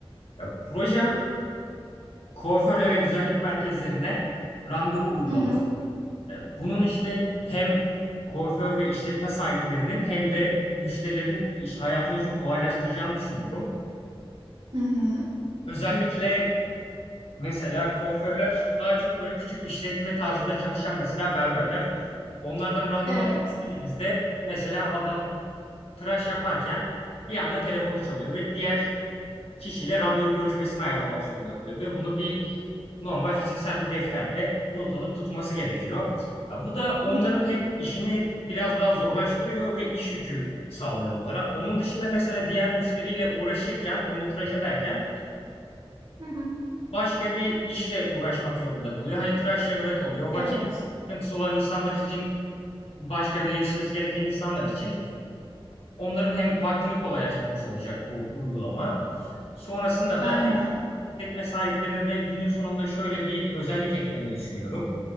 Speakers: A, on the left; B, on the right.
A: ya, projem kuaförlere, güzellik merkezlerine randevu uygulaması.
B: Hı hı,
A: E, Bunun işte hem kuaför ve işletme sahiplerinin hem de müşterilerin iş hayatını çok kolaylaştıracağını düşünüyorum.
B: hı hı,
A: Özellikle mesela kuaförler daha çok böyle küçük işletme tarzında çalışan mesela berberler. Onlardan randevu
B: evet.
A: almak istediğimizde mesela adam tıraş yaparken bir anda telefonu çalıyor ve diğer kişiyle randevu görüşmesini ayarlamak zorunda kalıyor. Ve bunu bir normal fiziksel bir defterde not alıp tutması gerekiyor. Ya bu da onların
B: Hı
A: hem işini biraz daha zorlaştırıyor ve iş yükü sağlıyor onlara. Onun dışında mesela diğer müşteriyle uğraşırken, onu tıraş ederken
B: hı,
A: başka bir işle uğraşmak zorunda kalıyor. Hani tıraş yarıda kalıyor.
B: evet,
A: Vakit sıkıntısı olan insanlar için, başka bir yetişmesi gereken insanlar için Onların hem vaktini kolaylaştırmış olacak bu uygulama. Sonrasında
B: aynen.
A: da hem işletme sahiplerine de günün sonunda şöyle bir özellik eklemeyi düşünüyorum.